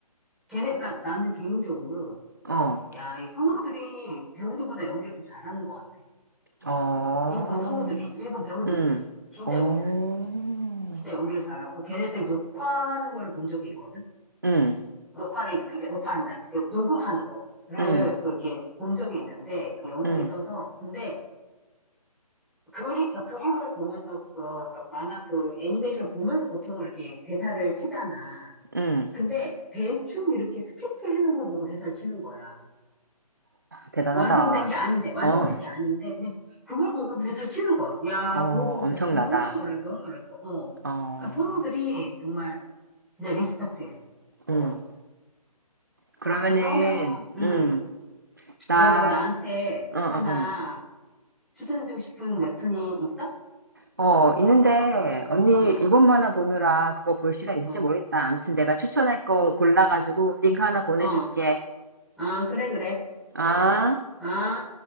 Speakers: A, in the centre; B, on the right (about 30°).
A: 걔네, 그니까 나는 개인적으로,
B: 어,
A: 야, 이 성우들이 배우들보다 연기를 더 잘하는 것 같아.
B: 어,
A: 일본 성우들이, 일본 배우들보다.
B: 음,
A: 진짜
B: 어,
A: 연기 잘해. 진짜 연기를 잘하고, 걔네들 녹화하는 거를 본 적이 있거든?
B: 음,
A: 녹화를, 이렇게 녹화한다. 그 녹음하는 거를,
B: 음,
A: 그게 본 적이 있는데, 그 영상이
B: 음,
A: 떠서. 근데, 그림그 그림을 보면서, 그거, 그러니까 만화 그 애니메이션을 보면서 보통 이렇게 대사를 치잖아.
B: 음.
A: 근데 대충 이렇게 스케치해 놓은 걸 보고 대사를 치는 거야. 아,
B: 대단하다.
A: 완성된 게 아닌데, 완성된
B: 어,
A: 게 아닌데, 그냥 그걸 보고도 대사를 치는 거야. 야,
B: 어,
A: 그거 보고 진짜
B: 엄청나다.
A: 너무 놀랐어, 너무 놀랐어. 어.
B: 어,
A: 그러니까 성우들이 정말 진짜 리스펙트해.
B: 음.
A: 어.
B: 그러면은,
A: 자, 그러면, 음,
B: 음, 나,
A: 너 뭐 나한테
B: 응, 응,
A: 하나
B: 응.
A: 추천해주고 싶은 웹툰이 있어?
B: 어, 있는데, 언니,
A: 응,
B: 일본 만화 보느라 그거 볼 시간 있을지
A: 응,
B: 모르겠다. 아무튼 내가 추천할 거
A: 응,
B: 골라가지고 링크 하나 보내줄게.
A: 어. 아, 그래, 그래.
B: 아?
A: 아.